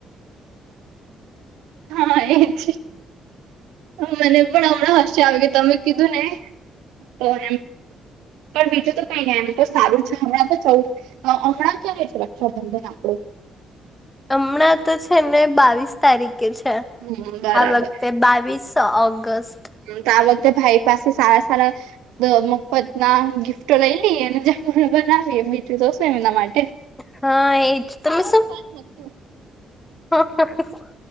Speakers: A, on the right; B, on the left.
A: હા એ છે મને પણ હમણાં હશે આવી તમે કીધું ને તો એમ પણ બીજું તો કઈને એમ તો સારું છે હમણાં તો ચૌ હણાં ક્યારે છે, રક્ષાબંધન આપડું
B: હમણાં તો છે ને બાવીસ તારીખે છે,
A: હમ બરાબર
B: આ વખતે બાવીસ સ ઓઑગસ્ટ
A: તો આ વખતે ભાઈ પાસે સારા સારા મફતના ગિફ્ટો લઈ લઈએ ને બનાવી એ મીઠું જઉશું એમના માટે
B: હા એ જ તમે શું
A: <unintelligible>
B: <unintelligible>